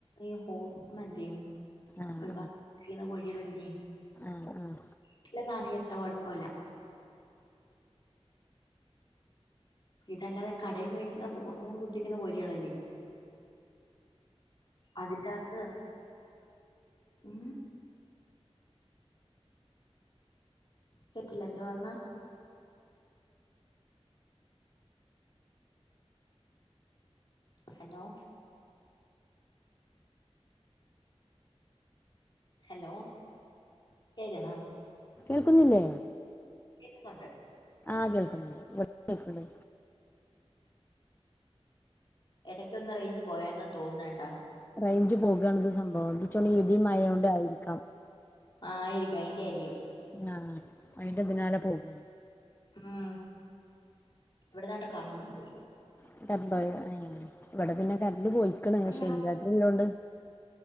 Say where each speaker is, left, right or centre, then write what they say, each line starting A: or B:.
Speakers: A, on the left; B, on the left.
A: ഈ <unintelligible> കിം
B: ആഹ്
A: ഒരു
B: ആഹ്
A: ബാ കോഴി ഇളെന്തിയെ
B: ആഹ് ആഹ് ആഹ്
A: ട്ടിലെ നനിയ ത്രപാടും പോലാം ഇതല്ലാതെ കടേന്ന് വേടിക്കുന്ന ഹോർമോൺ കുത്തിക്കുന്ന കോരികളല്ലേ അതിന്റെകത്ത് ഉം കേട്ടില്ല എന്തോ പറഞ്ഞാ ഹലോ ഹലോ കേക്ന്നാ
B: കേൾക്കുന്നില്ലേ?
A: കേക്കുന്നുണ്ട്
B: ആഹ് കേൾക്കുന്നുണ്ട് കേൾക്കണ്ട്
A: എടയ്ക്കൊന്ന് റേഞ്ച് പോയാർന്ന് തോന്നേ ട്ടാ
B: റയ്ഞ്ച് പോകാണ് ഇത് സംഭവം. ച്ച് തൊണീം ഇടിം മയിം
A: ഉം
B: കൊണ്ടായിരിക്കാം
A: ആയിരിക്കും അയിന്റെ ആയിരിക്കും.
B: ആഹ് അയിന്റെ ഇതിനാലെ പോകും
A: ഉം ഇവിടന്നട്ട് കറണ്ടും പോയി
B: <unintelligible> ഇവിടെ പിന്നെ കര ണ്ട് പോയിക്ക്ണ്
A: ഇവിടെ
B: പഷേ
A: രാ
B: ഇൻവെർട്ടറ്ള്ളോണ്ട്